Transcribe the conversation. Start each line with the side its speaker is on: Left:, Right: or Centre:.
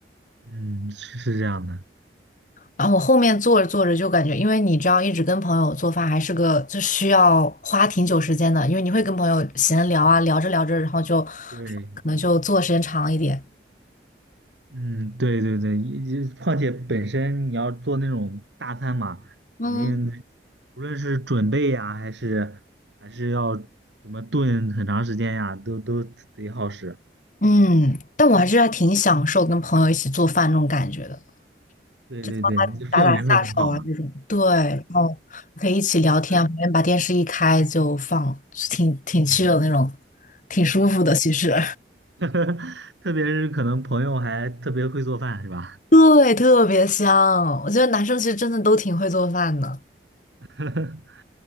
Right: 嗯，是是这样的，
Left: 然后我后面做着做着就感觉，因为你知道，一直跟朋友做饭还是个就需要花挺久时间的，因为你会跟朋友闲聊啊，聊着聊着，然后就可能就做的时间长一点。
Right: 对，嗯，对对对，也也况且本身你要做那种大餐嘛，
Left: 嗯，
Right: 肯定得无论是准备呀，还是还是要怎么炖很长时间呀，都都得耗时。
Left: 嗯，但我还是还挺享受跟朋友一起做饭那种感觉的，
Right: 对对对，
Left: 就是帮他打打下手啊这种。
Right: 你的氛围会很好嘛。
Left: 对，然后可以一起聊天啊，
Right: 特，
Left: 旁边把电视一开就放，挺挺 c
Right: 嗯
Left: 的那种，挺舒服的。其实，
Right: <laughs> 特别是可能朋友还特别会做饭，是吧？
Left: <laughs> 对，特别香。我觉得男生其实真的都挺会做饭的。
Right: <laughs>